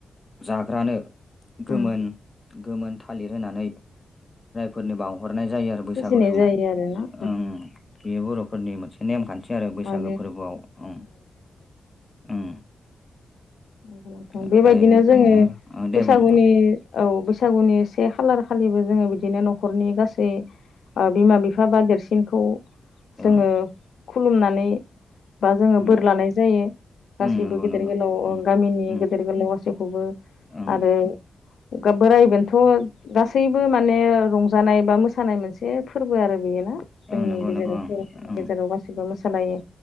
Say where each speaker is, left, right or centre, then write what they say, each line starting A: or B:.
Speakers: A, on the left; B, on the left.
A: जाग्रानो गोमोन
B: उम
A: गोमोन थालिर होनानै फोरनि बावहरनाय जायो आरो बैसागु
B: फुजिनाय
A: समाव
B: जायो आरोना
A: उम बेयो बर'फोरनि मोनसे नेमखान्थि आरो बैसागो
B: अ
A: फोरबोआव ओं ओं
B: नंगौ नोंथां
A: ओमफ्राय
B: बेबायदिनो
A: बिदिनो
B: जोङो
A: ओ दे
B: बैसागुनि
A: बुं ओं
B: औ बैसागुनि से खालार खालिबो जोङो बिदिनो न'खरनि गासै ओ बिमा - बिफा बा देरसिनखौ जोङो
A: ओं
B: खुलुमनानै बा जोङो
A: ओं
B: बोर लानाय जायो। गासैबो
A: ओं नंगौ
B: गेदेर
A: नंगौ
B: गोलाव
A: ओं
B: गामिनि
A: ओं
B: गेदेर गोलाव गासैखौबो
A: ओं
B: आरो बोराय बेन्थ' गासैबो माने रंजानाय बा मोसा‌ सानाय मोनसे फोरबो आरो बेयोना
A: ओं
B: जोंनि
A: नंगौ
B: गेजेराव
A: नंगौ
B: बर'फोरनि
A: ओं
B: गेजेराव गासैबो गासिबो मोसालायो